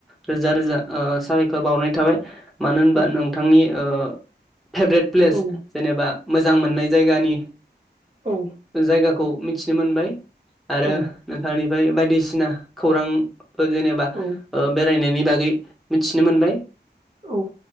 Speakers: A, in the centre; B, on the right.
A: रोजा रोजा ओ साबायखर बावनाय थाबाय मानो होनबा
B: औ
A: नोंथांनि ओ फेभ्रेट प्लेस
B: औ
A: जेनेबा मोजां मोननाय जायगानि
B: औ
A: जायगाखौ मिथिनो मोनबाय आरो
B: औ
A: नोंथांनिफ्राय बायदिसिना खौरां जेनेबाफोर जेनेबा
B: औ
A: बेरायनायनि बागै मिथिनो मोनबाय
B: औ